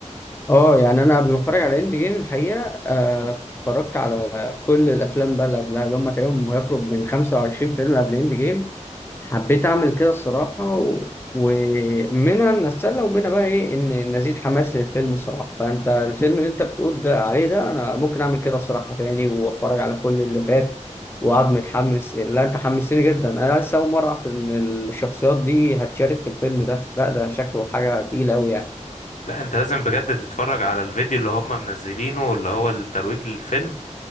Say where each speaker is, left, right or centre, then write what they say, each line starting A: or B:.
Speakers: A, on the left; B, on the left.
A: اه يعني انا قبل ما اتفرج على اند جيم الحقيقه آه، اتفرجت على كل الافلام بقى اللي قبلها اللي هم تقريبا يقرب من 25 فيلم قبل اند جيم حبيت اعمل كده الصراحه و... ومنها ان اتسلى ومنها بقى ايه ان نزيد حماس للفيلم الصراحه فانت الفيلم اللي انت بتقول ده عليه ده انا ممكن اعمل كده الصراحه تاني واتفرج على كل اللي فات وقعد متحمس لا انت حمستني جدا انا لسه اول مره اعرف ان الشخصيات دي هتشارك في الفيلم ده لا ده شكله حاجه تقيله قوي يعني.
B: لا انت لازم بجد تتفرج على الفيديو اللي هم منزلينه اللي هو الترويج للفيلم